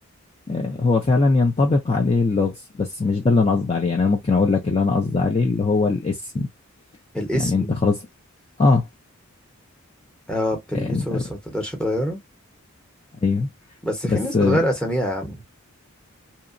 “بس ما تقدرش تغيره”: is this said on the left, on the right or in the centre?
Centre